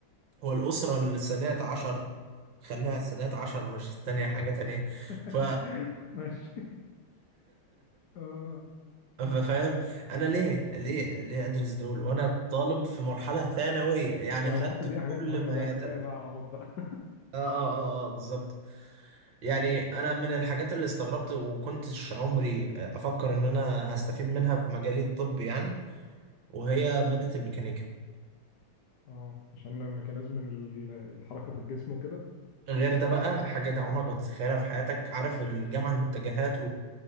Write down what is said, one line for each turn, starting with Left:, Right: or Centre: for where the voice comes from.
Right: هو الاسرة الثانية عشر خليها الثانية عشر مش الثانية حاجة تانية
Left: <laughs>
Right: ف
Left: ماشي اه
Right: فاهم انا ليه ليه ليه ادرس دول وانا طالب في مرحله ثانويه يعني
Left: يعني
Right: خدت
Left: المفروض تديني حاجات
Right: كل
Left: مهمة
Right: ما
Left: بقى
Right: يتم
Left: كفاية بقى عبط بقى
Right: اه اه اه اه بالظبط يعني انا من
Left: <laughs>
Right: الحاجات اللي استغربت وكنتش عمري افكر ان انا هستفيد منها في مجالي الطب يعني وهي ماده الميكانيكا
Left: اه عشان ميكانيزم ال- الحركة في الجسم وكده
Right: غير ده بقى حاجه عمرك ما تتخيلها في حياتك عارف الجامعه المتجهات